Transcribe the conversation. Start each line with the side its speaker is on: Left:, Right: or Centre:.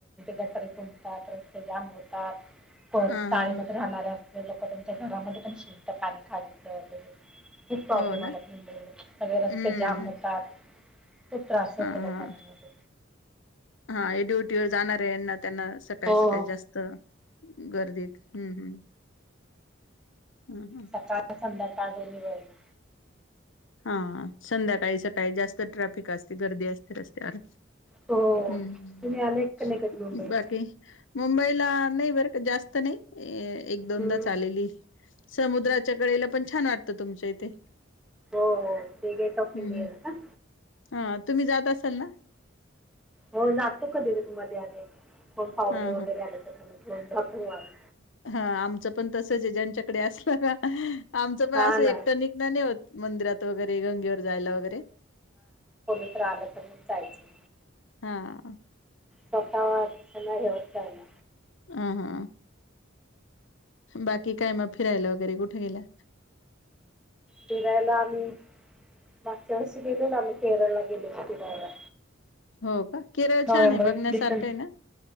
Centre: गटारी तुबतात, रस्ते जाम होतात, परत
Left: हा
Centre: चाळीमध्ये
Left: हा हा
Centre: राहणारे लोक त्यांच्या घरामध्ये पण शिरत पाणी खाडीच वगैरे. खूप प्रॉब्लेम
Left: हो ना
Centre: होतात मुंबईमध्ये सगळे रस्ते
Left: हम्म
Centre: जाम होतात. खूप त्रास
Left: हा
Centre: होतो
Left: हा
Centre: लोकांना माहिती
Left: हा, हे ड्युटीवर जाणार त्यांना त्यांना सकाळी
Centre: हो.
Left: सकाळी जास्त गर्दीत हम्म हम्म. <inaudible> ह
Centre: सकाळ संध्याकाळ दोन्ही वेळेला
Left: हा संध्याकाळी सकाळी जास्त ट्रॅफिक असते, गर्दी असते रस्त्यावर
Centre: हो
Left: हम्म
Centre: तुम्ही आले का नाही कधी मुंबईला?
Left: ह्, बाकी मुंबईला नाही बरं का जास्त नाही एक दोनदाच
Centre: हम्म.
Left: आलेली समुद्रात च्याकडेला पण छान वाटतं तुमच्या इथे.
Centre: हो हो ते गेट ऑफ
Left: हम्म
Centre: इंडियाला का?
Left: हा तुम्ही जात असाल ना?
Centre: हो जातो कधी कधी मध्ये अध्ये कोण पाहुणे
Left: हा
Centre: वगैरे आले तर घेऊन जातो आम्ही.
Left: हा आमचं पण तसंच आहे ज्यांच्याकडे असलं ना आमचं पण
Centre: हा
Left: असं
Centre: ना
Left: एकट निघणं नाही होत मंदिरात वगैरे गंगेवर जायला वगैरे
Centre: कोण तर आलं तर मग जायचं.
Left: हा.
Centre: स्वतः नाही होत जायला.
Left: ह ह हा. बाकी काय मग फिरायला वगैरे कुठे गेलाय?
Centre: फिरायला आम्ही मागच्या वर्षी गेलेलो आम्ही केरळला गेलेलो फिरायला.
Left: हो का? केरळ
Centre: नोव्हेंबर
Left: छान आहे बघण्यासारखं
Centre: -डिसेंबर
Left: आहे ना?